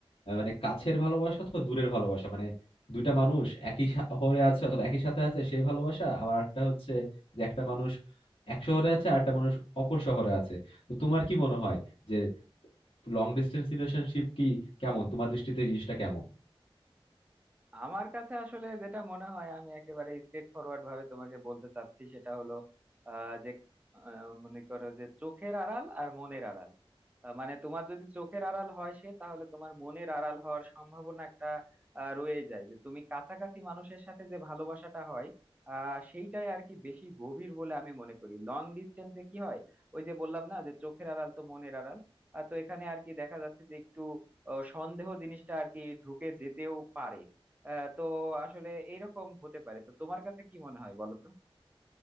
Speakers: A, on the left; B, on the right.
A: আহ, মানে কাছের ভালোবাসা অথবা দূরের ভালোবাসা মানে দুইটা মানুষ একই শা- শহরে আছে অথবা একই সাথে আছে সেই ভালোবাসা আবার একটা হচ্ছে যে একটা মানুষ এক শহরে আছে আর একটা মানুষ অপর শহরে আছে তো তোমার কি মনে হয় যে লং ডিস্টেন্স রিলেশনশিপ কি কেমন তোমার দৃষ্টিতে এই জিনিসটা কেমন
B: আমার কাছে আসলে যেটা মনে হয় আমি একেবারে স্ট্রেট ফরওয়ার্ড ভাবে তোমাকে বলতে চাচ্ছি সেটা হলো আহ, যে আহ, মনে করো যে চোখের আড়াল আর মনের আড়াল আহ, মানে তোমার যদি চোখের আড়াল হয় সে তাহলে তোমার মনের আড়াল হওয়ার সম্ভাবনা একটা আহ, রয়েই যায় যে তুমি কাছাকাছি মানুষের সাথে যে ভালোবাসাটা হয় আহ সেইটাই আর কি বেশি গভীর বলে আমি মনে করি লং ডিস্টেন্সে কি হয় ওই যে বললাম না যে চোখের আড়াল তো মনের আড়াল আহ, তো এখানে আর কি দেখা যাচ্ছে যে একটু আহ, সন্দেহ জিনিসটা আর কি ঢুকে যেতেও পারে আহ, তো আসলে এইরকম হতে পারে তো তোমার কাছে কি মনে হয় বলো তো